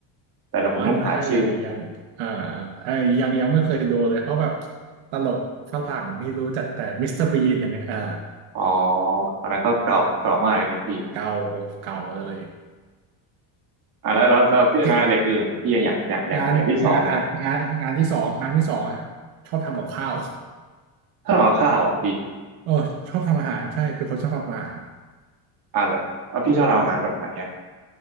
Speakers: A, on the right; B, on the right.
A: แต่เดี๋ยวผมต้องหาชื่อ
B: อ๋อถ้ายังยังอ่าไอ้ยังยังไม่เคยดูเลย เพราะแบบตลกฝรั่งนี่รู้จักแต่มิสเตอร์บีนอย่างเงี้ยอ่า
A: อ๋ออันนั้นก็เก่าเก่ามากเลยนะพี่
B: เก่าเก่าเลย
A: อ่าแล้วแล้วแล้วที่งานเด็กอื่นของพี่อะอย่างอย่างอย่างอย่างที่สองอ่ะ
B: เจ๊งานงานอ่ะงานงานที่สองงานที่สองอ่ะชอบทำกับข้าว
A: ถ้าเราข้าวอะพี่
B: เออชอบทำอาหารใช่เป็นคนชอบทำอาหาร
A: อ่าแล้วอ่ะพี่ชอบทำอาหารแบบไหนอ่ะ